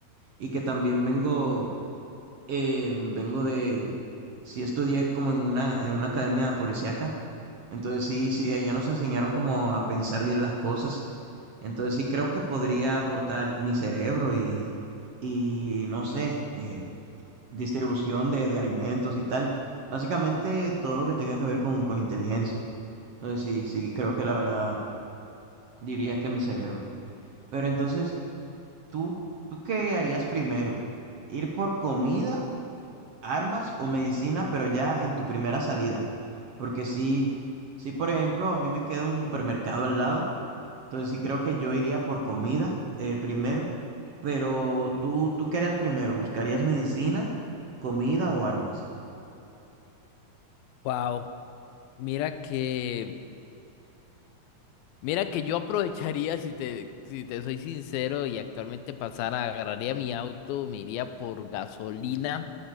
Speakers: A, on the right; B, on the left.
A: y que también vengo, eh, vengo de, sí estudié como en una, en una academia policíaca, entonces sí, sí, allá nos enseñaron como a pensar bien las cosas, entonces sí creo que podría aportar mi cerebro y, y no sé, eh, distribución de, de alimentos y tal. Básicamente todo lo que tenga que ver con, con inteligencia. Entonces sí, sí, creo que la verdad diría que mi cerebro. Pero entonces, ¿tú, tú qué harías primero? ¿Ir por comida, armas o medicina, pero ya en tu primera salida? Porque sí, sí, por ejemplo, a mí me queda un supermercado al lado. Entonces sí creo que yo iría por comida eh, primero. Pero tú, ¿tú qué harías primero? ¿Buscarías medicina, comida o armas?
B: Wow, mira que Mira que yo aprovecharía, si te, si te soy sincero, y actualmente pasara, agarraría mi auto, me iría por gasolina,